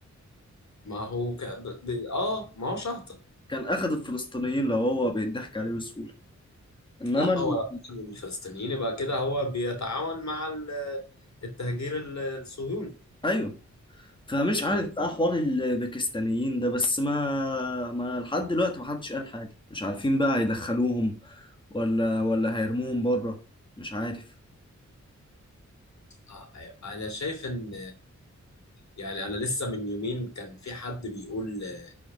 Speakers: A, on the left; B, on the left.
A: ما هو ك... ب... ب... اه ما هوش هبطل
B: كان أخد الفلسطينيين لو هو بيضحك عليه بسهولة إنما
A: لا
B: ال...
A: هو لو أخذ من الفلسطينيين يبقى كده هو بيتعاون مع ال- التهجير ال- الصهيوني
B: أيوه فمش عارف
A: يعني
B: بقى حوار الباكستانيين ده بس ما ما لحد دلوقتي ما حدش قال حاجة مش عارفين بقى هيدخلوهم ولا ولا هيرموهم بره مش عارف
A: آه، أيوة. انا شايف ان يعني انا لسه من يومين كان في حد بيقول آه،